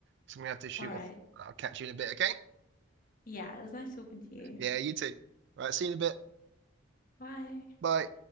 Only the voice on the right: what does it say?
So I'm gonna have to shoot
off. I'll catch you in a bit, okay?
Yeah, you too. Right, see you in a bit.
Bye.